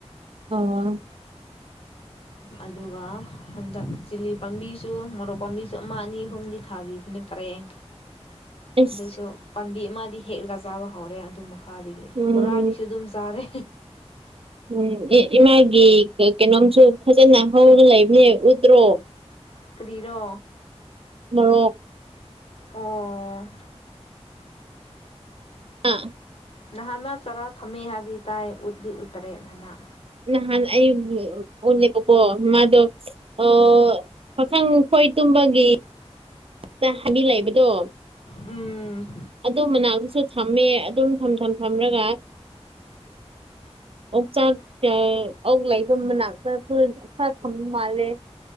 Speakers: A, on the right; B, on the left.
A: ꯑꯥꯡ <unintelligible>
B: ꯑꯗꯨꯒ ꯍꯟꯗꯛ ꯆꯤꯂꯤ ꯄꯥꯝꯕꯤꯁꯨ ꯃꯣꯔꯣꯛ ꯄꯥꯝꯕꯤꯁꯨ ꯑꯃ ꯑꯅꯤ ꯑꯍꯨꯝꯗꯤ ꯊꯥꯕꯤꯕꯅꯦ ꯄꯔꯦꯡ
A: ꯑꯁ
B: ꯑꯗꯨꯁꯨ ꯄꯥꯝꯕꯤ ꯑꯃꯗꯤ ꯍꯦꯛꯂꯒ ꯆꯥꯕ ꯍꯧꯔꯦ ꯑꯗꯨ ꯈꯥꯗꯒꯤ
A: ꯎꯝ
B: ꯕꯣꯔꯥꯒꯤꯁꯨ ꯑꯗꯨꯝ ꯆꯥꯔꯦ
A: ꯎꯝ ꯑꯦ ꯏꯃꯥꯒꯤ ꯀꯥꯀꯩꯅꯣꯝꯁꯨ ꯐꯖꯅ ꯍꯧꯔꯥ ꯂꯩꯕꯅꯦ ꯎꯠꯇ꯭ꯔꯣ
B: ꯀꯔꯤꯔꯣ
A: ꯃꯨꯔꯣꯛ
B: ꯑꯣ
A: ꯑꯥ
B: ꯅꯍꯥꯟ ꯃꯥ ꯆꯔꯥ ꯊꯝꯃꯤ ꯍꯥꯏꯕ ꯇꯥꯏ ꯎꯠꯗꯤ ꯎꯠꯇꯔꯦ ꯗꯅ
A: ꯅꯍꯥꯟ ꯑꯩ ꯄꯨꯟꯂ‌ꯤꯕꯀꫭ ꯃꯥꯗꫭ ꯑꯣ ꯄꯈꯪ ꯈꫭꯏ ꯇꯨꯝꯕꯒꯤ ꯇꯥ ꯍꯥꯕꯤ ꯂꯩꯕꯗꯣ
B: ꯎꯝ
A: ꯑꯗꯨ ꯃꯅꯥꯗꯁꯨ ꯊꯝꯃꯦ ꯑꯗꯨꯝ ꯊꯝ ꯊꯝ ꯊꯝꯔꯒ ꯑꯣꯛ ꯆꯥꯛ ꯑꯣꯛ ꯂꯩꯕ ꯃꯅꯥꯛꯇꯁꯨ ꯈꯔ ꯈꯔꯊꯝꯕ ꯃꯥꯜꯂꯦ